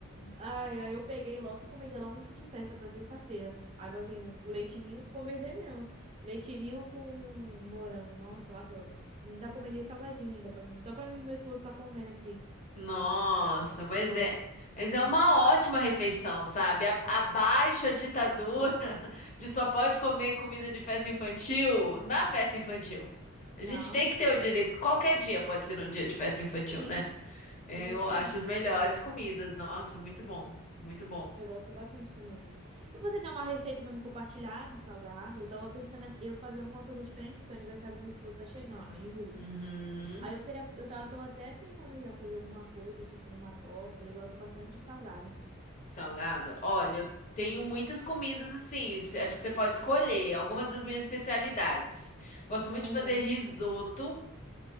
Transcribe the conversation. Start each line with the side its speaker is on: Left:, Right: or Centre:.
Right: Ai, aí eu peguei logo e encomendei logo um kit de festa pra sexta-feira. Aí vai vir um com leitinho, encomendei mesmo. Leitinho com morango. Nossa, eu adoro. Ainda encomendei salgadinho ainda pra mim, só pra mim e meu esposo ficar comendo aqui.
Left: nossa,
Right: A gente
Left: mas
Right: gosta.
Left: é, mas é uma ótima refeição, sabe? A- Abaixa a ditadura <laughs> de só pode comer comida de festa infantil na festa infantil.
Right: Não.
Left: A gente tem que ter o direito. Qualquer dia pode ser um dia de festa infantil,
Right: Sim,
Left: né? É,
Right: exatamente.
Left: Eu acho as melhores comidas. Nossa, muito bom. Muito bom.
Right: Eu gosto bastante também. E você tem uma receita pra me compartilhar de salgado? Eu tava pensando em eu fazer alguma coisa diferente, porque o aniversário do meu esposo tá chegando, ó, em julho.
Left: Uhum.
Right: Aí eu queria, eu tava, tô até pensando já fazer alguma coisa, tipo uma torta. Ele gosta bastante de salgado.
Left: Salgado. Olha, eu tenho
Right: Isso.
Left: muitas comidas assim. você- Acho que você pode escolher algumas das minhas especialidades. Gosto muito
Right: Aham.
Left: de fazer risoto,